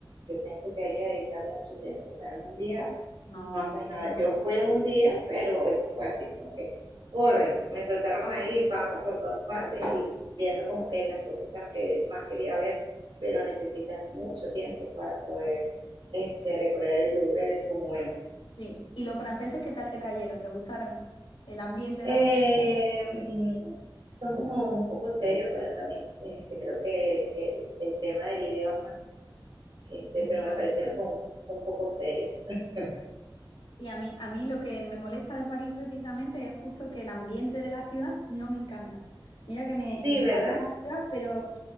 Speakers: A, on the right; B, on the left.
A: yo siento que hay que dedicarle mucho tiempo. O sea, en un día
B: No,
A: no haces
B: en un día
A: nada.
B: imposible.
A: Yo fui en un día, pero eso fue así como que corre, me soltaron ahí, pasa por todas partes y viendo como que las cositas que más quería ver, pero necesitas mucho tiempo para poder este, recorrer el Louvre como es.
B: Sí. ¿Y los franceses qué tal te cayeron? ¿Te gustaron? El ambiente de
A: Eh,
B: la ciudad
A: mm, son como un poco serios, bueno, también este, creo que el, el tema del idioma, este,
B: es un
A: pero
B: poco
A: me
B: barrera,
A: parecieron
B: ¿no?
A: como un poco serios. <laughs>
B: Sí, a mí, a mí lo que me molesta de París precisamente es justo que el ambiente de la ciudad no me encanta. Mira que me,
A: Sí,
B: me encanta
A: ¿verdad?
B: la ciudad, pero